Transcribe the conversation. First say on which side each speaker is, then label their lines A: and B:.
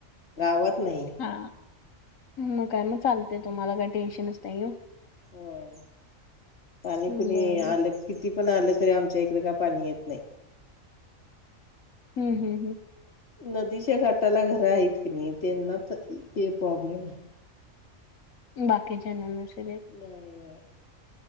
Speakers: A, on the left; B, on the left.
A: गावात नाही
B: हा मग काय मग, चालते तुम्हाला काय टेन्शनच नाही
A: होय पाणी
B: हम्म बरोबर
A: आलं तर किती पण आलं तरी, आमच्या इकडे का पाणी येत नाही
B: हम्म हम् हम्
A: नदीच्या घाटाला घरं आहेत की नाही, त्यांना ते प्रॉब्लेम आहे
B: बाकीच्यांना नसले येत
A: होय होय,